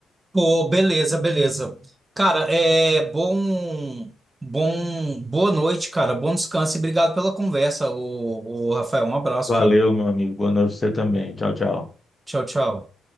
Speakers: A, on the right; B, on the left.
A: Pô, beleza, beleza. Cara, é bom, bom, boa noite, cara. Bom descanso e obrigado pela conversa, o, Rafael. Um abraço,
B: Valeu,
A: cara.
B: meu amigo. Boa noite pra você também. Tchau, tchau.
A: Tchau, tchau.